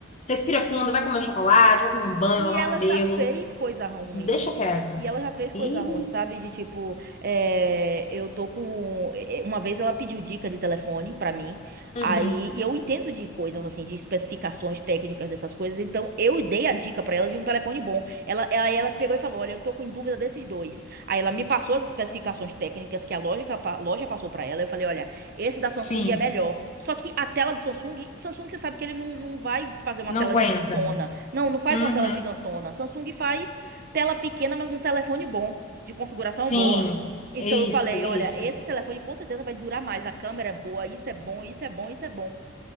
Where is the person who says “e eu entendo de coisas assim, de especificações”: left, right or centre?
Right